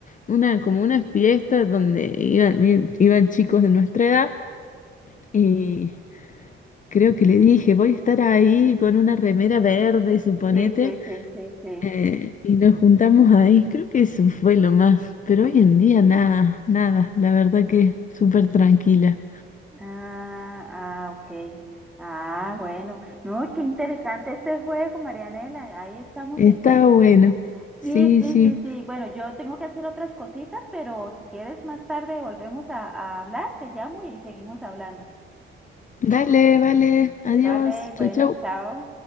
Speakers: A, on the left; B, in the centre.
A: una, como una fiesta donde iban, i- iban chicos de nuestra edad y creo que le dije, voy a estar ahí con una remera verde, suponete,
B: Sí, sí, sí, sí, sí.
A: eh, y nos juntamos ahí. Creo que eso fue lo más, pero hoy en día nada, nada, la verdad que súper tranquila.
B: Ah, ah, ok. Ah, bueno. No, qué interesante este juego, Marianela. Ahí estamos
A: Está
B: entonces.
A: bueno.
B: Sí,
A: Sí,
B: sí,
A: sí.
B: sí, sí. Bueno, yo tengo que hacer otras cositas, pero si quieres más tarde volvemos a, a hablar, te llamo y seguimos hablando.
A: Dale, vale. Adiós.
B: Vale, bueno,
A: Chau, chau.
B: chao.